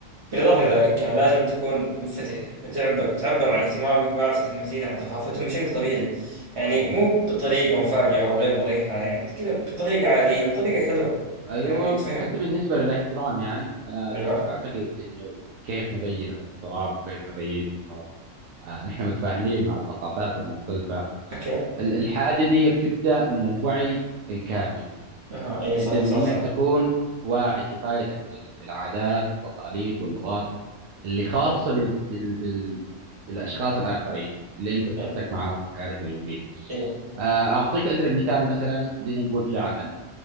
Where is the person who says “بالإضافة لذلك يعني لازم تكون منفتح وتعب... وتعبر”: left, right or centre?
Right